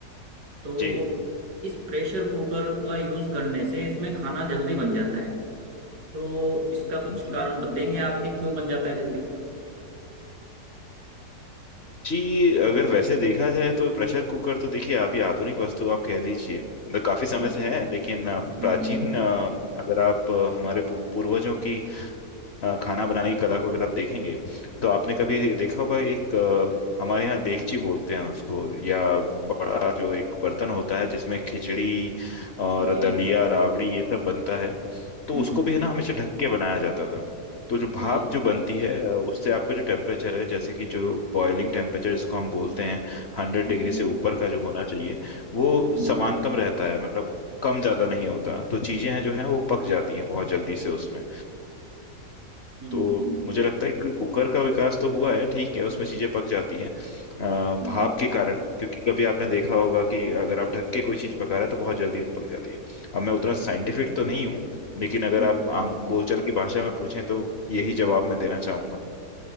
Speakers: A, on the right; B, on the left.
A: तो
B: जी
A: इस प्रेशर कुकर का यूज़ करने से इसमें खाना जल्दी बन जाता है तो इसका कुछ
B: जी
A: कारण बताएंगे आपके क्यों बन जाता है जल्दी
B: जी अगर वैसे देखा जाए तो प्रेशर कुकर तो देखिए अभी आधुनिक वस्तु आप कह लीजिए मतलब काफी समय
A: जी
B: से है लेकिन अ,
A: हम्म
B: प्राचीन
A: हम्म
B: अ, अगर आप अ, हमारे पू- पूर्वजों की अ, खाना बनाने की कला को अगर आप देखेंगे तो आपने कभी देखा होगा एक अ, हमारे यहाँ देगची बोलते हैं उसको या बड़ा जो एक बर्तन होता है जिसमें खिचड़ी और
A: जी
B: दलिया राबड़ी ये सब बनता है तो
A: हम्म
B: उसको
A: हम्म
B: भी है ना हमेशा ढक के बनाया जाता था तो जो भाप
A: जी बिल्कुल
B: जो बनती है अ, उससे आपका जो टेम्परेचर है जैसे कि जो बॉइलिंग टेम्परेचर जिसको हम बोलते हैं हंड्रेड
A: हम्म
B: डिग्री से ऊपर का जो होना चाहिए वो
A: हम्म
B: समानतम रहता है मतलब कम ज्यादा नहीं होता तो चीजें हैं जो हैं वो पक जाती हैं बहुत जल्दी से उसमें
A: हम्म
B: तो
A: हम्म
B: मुझे लगता है कि कुकर का विकास तो हुआ है ठीक है उसमें चीजें पक जाती हैं अ,
A: हम्म
B: भाप के कारण क्योंकि कभी आपने देखा होगा कि अगर आप ढक के कोई चीज पका रहे हैं तो बहुत जल्दी पक जाती है अब मैं उतना साइंटिफिक तो नहीं हूँ लेकिन अगर
A: हम्म
B: आप आम बोलचाल की भाषा में पूछें तो यही जवाब मैं देना चाहूंगा